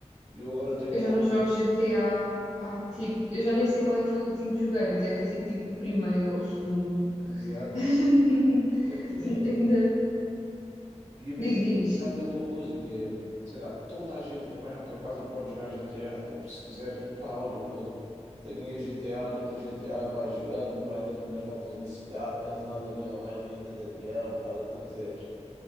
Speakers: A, on the right; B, on the left.
A: E eu agora tenho
B: Eu
A: uma.
B: já não jogo GTA há tipo. Eu já nem sei qual é que foi o último que joguei, devia ter sido tipo o primeiro ou o segundo.
A: Exato,
B: <laughs>
A: exato. exato. É porque imagina,
B: Ainda.
A: e imagina,
B: Diz, diz.
A: GTA tem uma coisa que é, sei lá, toda a gente que vem à tua casa pode jogar GTA. Tipo, se quiser, pá, olha, vê, tem aí o GTA, mete o GTA, vai jogando, vai dando umas voltas na cidade, queres andar de avião, vai ali anda de avião, faz o que tu quiseres.